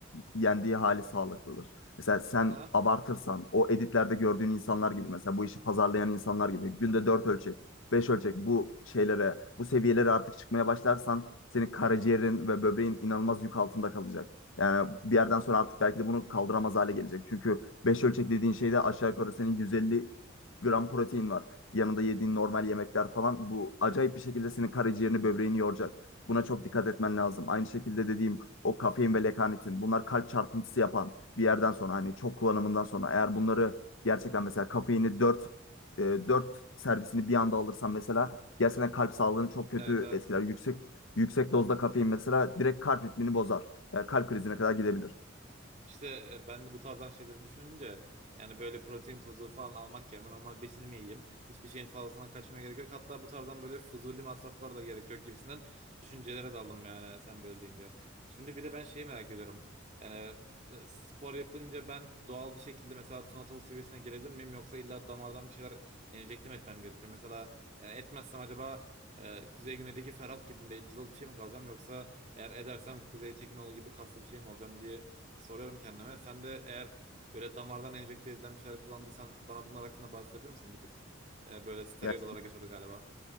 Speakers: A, on the left; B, on the right.
A: yendiği hali sağlıklıdır. Mesela sen
B: Ha?
A: abartırsan o editlerde gördüğün insanlar gibi mesela bu işi pazarlayan insanlar gibi günde 4 ölçek, 5 ölçek bu şeylere, bu seviyelere artık çıkmaya başlarsan senin karaciğerin ve böbreğin inanılmaz yük altında kalacak. Yani bir yerden sonra artık belki de bunu kaldıramaz hale gelecek. Çünkü 5 ölçek dediğin şeyde aşağı yukarı senin 150 gram protein var. Yanında yediğin normal yemekler falan bu acayip bir şekilde senin karaciğerini, böbreğini yoracak. Buna çok dikkat etmen lazım. Aynı şekilde dediğim o kafein ve lekanitin bunlar kalp çarpıntısı yapan bir yerden sonra hani çok kullanımından sonra eğer bunları gerçekten mesela kafeini 4 4 servisini bir anda alırsan mesela gerçekten kalp sağlığını çok kötü
B: Evet evet
A: etkiler. Yüksek yüksek dozda kafein mesela direkt kalp ritmini bozar. Yani kalp krizine kadar gidebilir.
B: İşte e, ben de bu tarzdan şeyleri düşününce yani böyle protein tozu falan almak yerine normal besinimi yiyeyim. Hiçbir şeyin fazlasına kaçmaya gerek yok. Hatta bu tarzdan böyle fuzuli masraflar da gerek yok gibisinden düşüncelere daldım yani sen böyle deyince. Şimdi bir de ben şeyi merak ediyorum. Yani e, spor yapınca ben doğal bir şekilde mesela Tuna seviyesine gelebilir miyim? Yoksa illa damardan bir şeyler enjekte mi etmem gerekiyor? Mesela yani etmezsem acaba e, Kuzey Güney'deki Ferhat gibi bir cılız bir şey mi kalacağım? Yoksa eğer edersem Kuzey Tekinoğlu gibi kaslı bir şey mi olacağım diye Soruyorum kendime. Sen de eğer böyle damardan enjekte edilen bir şeyler kullandıysan bana bunlar hakkında bahsedebilir misin? Bir tık e, böyle steroid
A: Ya
B: olarak
A: şimdi
B: geçiyordu galiba.